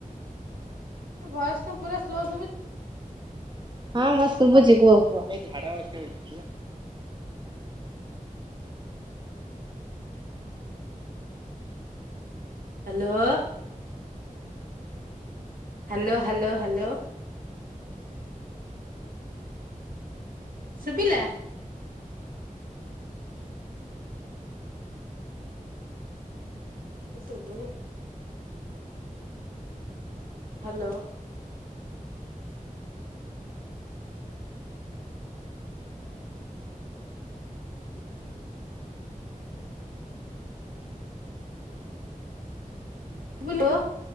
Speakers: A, on the right; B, on the right.
A: ତମ ଭଏସ୍ ପୁରା ସ୍ଲୋ ଶୁବୁ
B: ହଁ ମୋତେ ଶୁବୁଚି କୁହ କୁଅ।
A: ହାଲୋ। ହାଲୋ ହାଲୋ ହାଲୋଶ ଶୁବିଲା। ଶୁବୁନି। ହାଲୋ। <unintelligible>